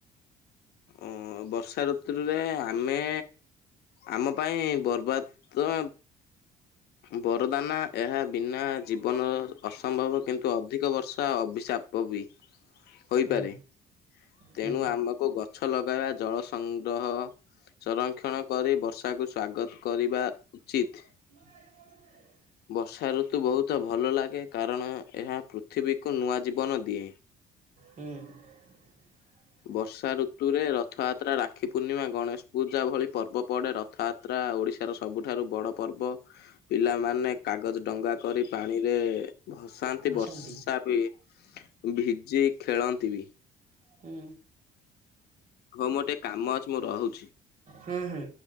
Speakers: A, on the left (about 70°); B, on the right (about 50°).
A: ଓଁ ବର୍ଷା ଋତୁରେ ଆମେ ଆମ ପାଇଁ ବର୍ବାଦ ତ ବରଦାନା ଏହା ବିନା ଜୀବନ ଅସମ୍ଭବ କିନ୍ତୁ ଅଧିକ ବର୍ଷା ଅଭିଶାପ କୋବି ହୋଇପାରେ
B: ହୁଁ ହୁଁ
A: ତେଣୁ ଆମକୁ ଗ ଗଛ ଲଗାଇବା ଜଳ ସଂଗ୍ରହ, ସଂରକ୍ଷଣ କରି ବର୍ଷାକୁ ସ୍ଵାଗତ କରିବା ଉଚିତ୍।
B: <unintelligible>
A: ବର୍ଷା ଋତୁ ବହୁତ ଭଲ ଲାଗେ କାରଣ ଏହା ପୃଥିବୀକୁ ନୂଆ ଜୀବନ ଦିଏ।
B: ହୁଁ। <inaudible>
A: ବର୍ଷା ଋତୁରେ ରଥଯାତ୍ରା, ରାକ୍ଷୀ ପୂର୍ଣ୍ଣିମା ଗଣେଶ ପୂଜା ଭଳି ପର୍ବ ପଡ଼େ ରଥଯା ତ୍ରା ଓଡ଼ିଶାର ସବୁଠାରୁ ବଡ଼ ପର୍ବ। ପିଲାମାନେ କାଗଜ ଡଙ୍ଗା କରି ପାଣିରେ ଭସାନ୍ତି
B: ଭାସନ୍ତି
A: ବର୍ଷା ବି ଭିଜି ଖେଳନ୍ତି ବି।
B: ହୁଁ
A: ହଁ ମୋର ଟିକେ କାମ ଅଛି ମୁଁ ରହୁଛି।
B: ହୁଁ ହୁଁ।